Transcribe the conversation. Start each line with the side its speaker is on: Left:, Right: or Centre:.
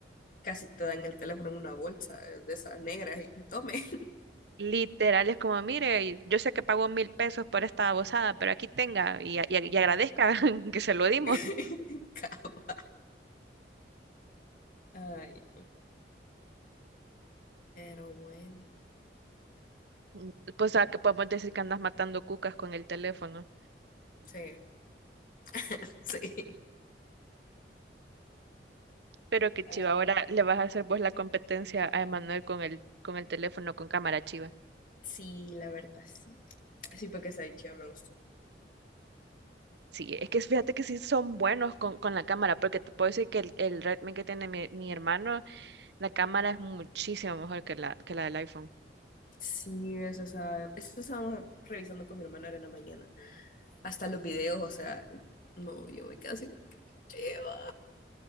Left: casi te dan el teléfono en una bolsa eh, de esas negras y tome.
Right: <laughs> Literal, es como, mire, y yo sé que pagó mil pesos por esta babosada, pero aquí tenga y, a- y a- y agradezca <laughs> que se lo dimos.
Left: <laughs> Cava. Ay, pero bueno,
Right: Mm, Pues a que podemos decir que andas matando cucas con el teléfono.
Left: sí, <laughs> sí.
Right: Pero que
Left: Ah,
Right: chiva, ahora le vas a hacer vos la competencia a Emanuel con el, con el teléfono con cámara chiva.
Left: sí, la verdad, sí. Sí, porque esa dicha me gustó.
Right: Sí, es que fíjate que sí son buenos con, con la cámara, porque te puedo decir que el, el Redmi que tiene mi, mi hermano, la cámara es muchísimo mejor que la, que la del iPhone.
Left: Sí, eso, esa eso estábamos revisando con mi hermana ahora en la mañana. Hasta los videos, o sea, no, yo me quedo así, como que, lleva.